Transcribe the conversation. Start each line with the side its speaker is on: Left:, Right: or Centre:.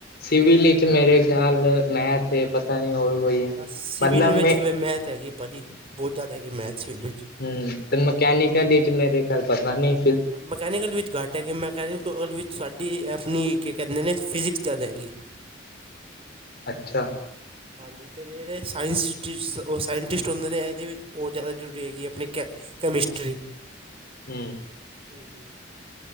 Left: ਸਿਵਲ
Right: ਅਤੇ
Left: ਇਚ ਮੇਰੇ ਖਿਆਲ ਮੈਥ ਏ ਪਤਾ ਨੀ ਹੋਰ ਕੋਈ। ਹੈ
Right: ਸਿਵਲ
Left: ਮਤਲਬ
Right: ਵਿੱਚ
Left: ਮੈਂ
Right: ਮੈਥ ਹੈਗੀ ਭਾਜੀ ਬਹੁਤ ਜੈਦਾ ਹੈਗੀ ਮੈਥ ਸਿਵਲ ਵਿੱਚ।
Left: ਹੁ ਤੇ ਮਕੈਨੀਿਕਲ
Right: ਹਾਂਜੀ
Left: ਇਚ ਮੇਰੇ ਖਿਆਲ ਪਤਾ ਨੀ।
Right: ਮਕੈਨੀਕਲ ਵਿੱਚ ਘੱਟ। ਤਾਂ ਕਿ ਮੈਕੈਨੀਿਕਲ ਵਿੱਚ ਸਾਡੀ ਅਪਨੀ ਕੀ ਕਹਿੰਦੇ ਨੇ ਫਿਜ਼ਿਕਸ ਜ਼ਿਆਦਾ ਹੈਗੀ।
Left: ਅੱਛਾ।
Right: ਹਾਂਜੀ ਤੇ ਜਿਹੜੇ ਸਾਇੰਸਟ ਉਹ ਸਾਇੰਟਿਸਟ ਹੁੰਦੇ ਨੇ ਇਹਦੇ ਵਿਚ ਉਹ ਜ਼ਿਆਦਾ ਜ਼ਰੂਰੀ ਹੈਗੀ ਅਪਨੀ ਕੈ ਕੈਮਿਸਟਰੀ।
Left: ਹੁ।
Right: <unintelligible> <unintelligible>